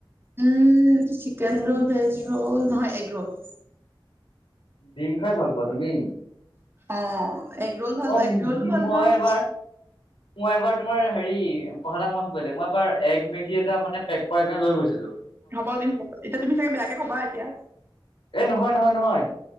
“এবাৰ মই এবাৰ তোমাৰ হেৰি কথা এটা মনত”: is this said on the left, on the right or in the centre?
Left